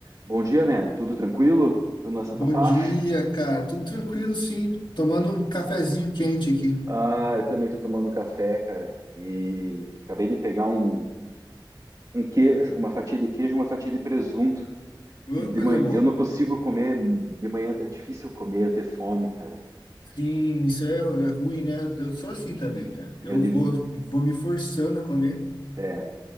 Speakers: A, on the right (about 45°); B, on the left (about 65°).
A: Bom dia, man. Tudo tranquilo? Tudo na Santa
B: Bom
A: Paz?
B: dia, cara. Tudo tranquilo, sim. Tomando um cafezinho quente aqui.
A: Ah, eu também tô tomando um café, cara. E acabei de pegar um, um queijo, uma fatia de queijo, uma fatia de presunto.
B: Ô,
A: Que de
B: coisa
A: manhã
B: boa.
A: eu não consigo comer. De manhã é difícil comer, eu ter fome, cara.
B: Sim, isso é, é ruim, né? Eu sou assim também, cara. Eu
A: Eu devi.
B: vou, vou me forçando a comer.
A: É.